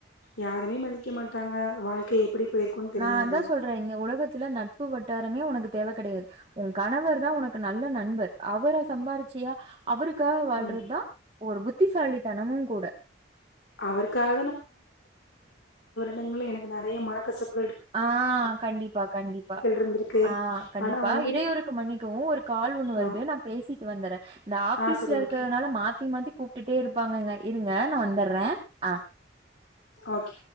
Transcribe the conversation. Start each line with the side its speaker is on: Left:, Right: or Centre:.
Left: யாருமே மதிக்க மாட்டாங்க வாழ்க்கைய எப்டி போயிருக்குன்னு தெரியாது
Right: நா தா சொல்றே இங்க உலகத்துல நட் பு வட்டாரமே உனக்கு தேவ கெடையாது உ கணவர் தா உனக்கு நல்ல நண்பர் அவர சம்பாரிச்சியா அவருக்காக வாழ்றதா
Left: ம்
Right: ஒரு புத்திசாலித்தனமும் கூட
Left: அவருக்காக டங்களு எனக்கு நெறைய மனக்கசப்பு
Right: ஆ கண்டிப்பா கண்டிப்பா
Left: இருந்திருக்கு
Right: ஆ கண்டிப்பா
Left: ஆனா வந்து
Right: இடையூறுக்கு மன்னிக்கவு ஒரு கால் ஒண்ணு வருது
Left: ஆ
Right: நா பேசிட்டு வந்துறே இந்த ஆஃபிஸ்ல
Left: ஆ சரி
Right: இருக்குறதுனால
Left: ஓகே
Right: மாத்தி மாத்தி கூப்ட்டுட்டே இருப்பாங்கங்க இருங்க நா வந்தற்ற அ
Left: ஓகே